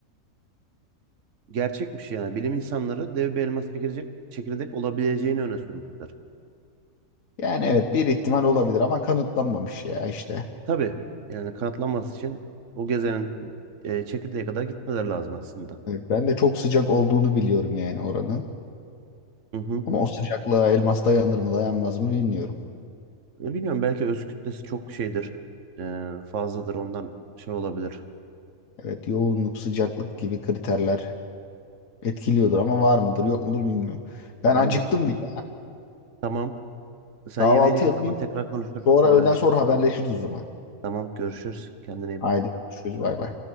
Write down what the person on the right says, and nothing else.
Gerçekmiş yani. Bilim insanları dev bir elmas çekirdek, çekirdek olabileceğini öne sürmüşler.
Tabii yani kanıtlanması için o gezenin e, çekirdeğe kadar gitmeleri lazım aslında.
Hı hı.
E, Bilmiyorum belki öz kütlesi çok şeydir. e, fazladır ondan şey olabilir.
Bence
Tamam. Sen
yemeğini ye
o zaman tekrar konuşuruz,
haberleşiriz.
Tamam, görüşürüz. Kendine iyi
bak.
Hadi
bay.